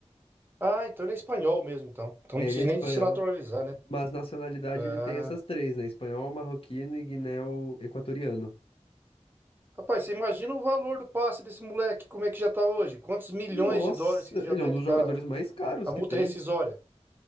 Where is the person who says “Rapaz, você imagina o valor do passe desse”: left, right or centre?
Right